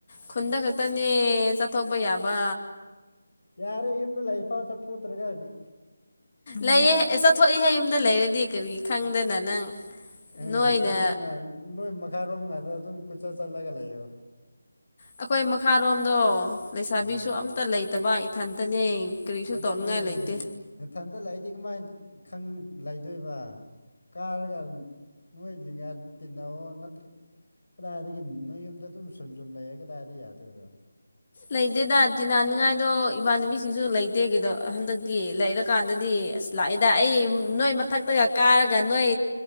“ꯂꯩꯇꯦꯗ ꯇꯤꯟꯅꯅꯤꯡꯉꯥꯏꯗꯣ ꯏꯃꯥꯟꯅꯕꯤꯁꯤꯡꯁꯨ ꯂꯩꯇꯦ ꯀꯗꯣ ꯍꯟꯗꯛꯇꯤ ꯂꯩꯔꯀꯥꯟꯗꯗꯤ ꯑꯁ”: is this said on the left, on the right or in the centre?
Left